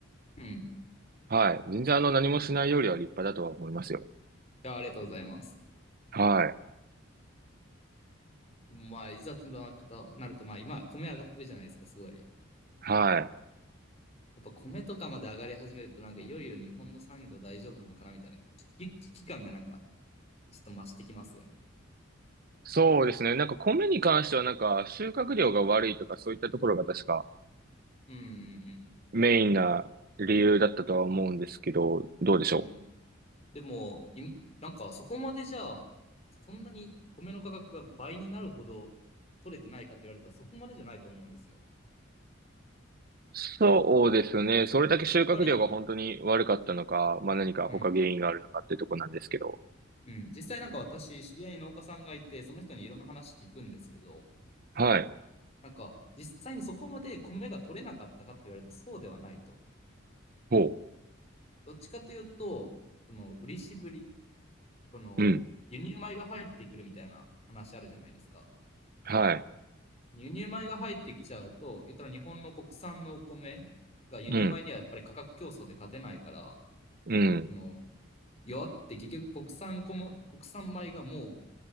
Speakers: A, on the left; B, on the right.
A: うん。い
B: はい。全然あの何もしないよりは立派だとは思いますよ。
A: や、ありがとうございます。
B: はい。
A: でもまあ、いざとななると、まあ今、米上がってるじゃないですか、すごい。
B: はい。
A: やっぱ米とかまで上がり始めると、なんかいよいよ日本の産業大丈夫なのかなみたいな危機危機感がなんかちょっと増してきますよね。
B: そうですね。なんか米に関してはなんか収穫量が悪いとかそういったところが確か
A: うんうん
B: メインな理由だったとは思うんですけど、どうでしょう。
A: うん。うん。でも、い、なんかそこまでじゃあ、そんなに米の価格が倍になるほど取れてないかって言われたらそこまでじゃないと思うんですよ。やっ
B: そうですね。それだけ収穫量が本当に悪かったのか、
A: ぱり、
B: まあ何か他原因があるのかってとこなんですけど。
A: うん、うん。実際なんか私、知り合いに農家さんがいて、その人にいろんな話聞くんですけど、
B: はい。
A: なんか実際にそこまで米が取れなかったかって言われるとそうではないと。
B: ほ
A: どっちかというと、その売りしぶり、この輸入米が入ってくるみたいな話あるじゃないですか。
B: う。うん。はい。
A: 輸入米が入ってきちゃうと、言ったら日本の国産のお米が輸入米にはやっぱり価格競争で勝てないから、
B: うん。うん。
A: その弱って結局国産米、国産米がも